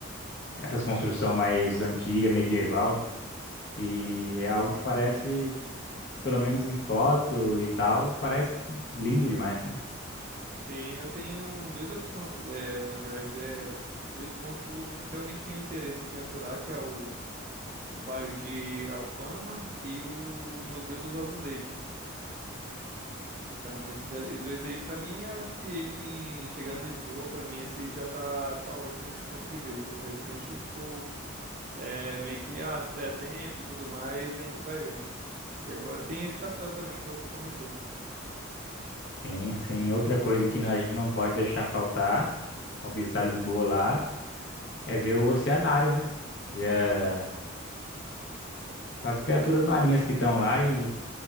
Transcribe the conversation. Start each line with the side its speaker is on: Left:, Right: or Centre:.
Left: essas construções mais antiga, medieval. E é algo que parece, pelo menos em foto e tal, parece lindo demais, mano.
Right: Sim, eu tenho duas opções, é, na verdade, é, dois pontos que eu realmente tenho interesse em conhecer lá, que é o, o bairro de Alfama e o Museu dos Azulejos. Então, esses, da- esses dois aí, pra mim, eu acho que a gente, em- chegando em Lisboa, pra mim, esse já tá, tá ótimo a gente conseguir ver. E o restante, tipo, é meio que, ah, se der tempo e tudo mais, a gente vai vendo. E agora tem esse castelo também que você comentou, né?
Left: Sim, sim. Outra coisa que a gente não pode deixar faltar ao visitar Lisboa lá é ver o oceanário, né? Ver a- as criaturas marinhas que estão lá e